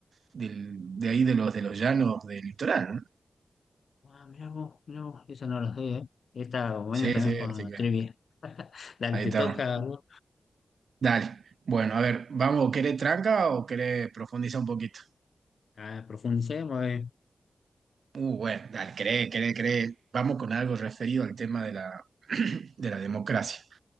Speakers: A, on the right; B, on the left.
A: del- de ahí de los de los llanos del litoral, ¿no?
B: Ah, mira vos, mira vos, esa no la sabía. eh. Está bueno
A: Sí,
B: también
A: sí,
B: con
A: así
B: la
A: que
B: trivia. <laughs> Dale,
A: ahí
B: te
A: está.
B: toca a vos.
A: Dale. Bueno, a ver, vamos, ¿querés tranca o querés profundizar un poquito?
B: Ah, profundicemos, a
A: Uh, bueno, dale, querés, querés, querés. Vamos con algo referido al tema de la <clears throat> de la democracia.